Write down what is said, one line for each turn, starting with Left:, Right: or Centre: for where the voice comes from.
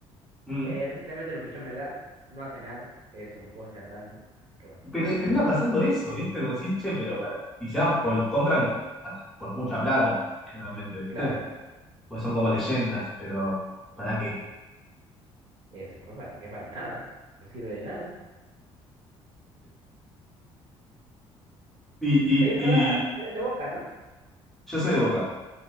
Centre: Mm.
Right: Eh, recientemente lo fichó Melgar, no hace nada, es un poste andante, así que bueno.
Centre: Pero eh, termina pasando eso, ¿viste? Como decís, che, pero para. Y ya pues los compran a- por mucha plata, generalmente, ¿viste?
Right: Claro,
Centre: pues son como leyendas,
Right: sí, sí.
Centre: pero ¿para qué?
Right: Eso fue para qué, para nada, no sirve de nada.
Centre: Y, y,
Right: Oye,
Centre: y
Right: ¿verdad? Eres de Boca, ¿no?
Centre: yo soy de Boca.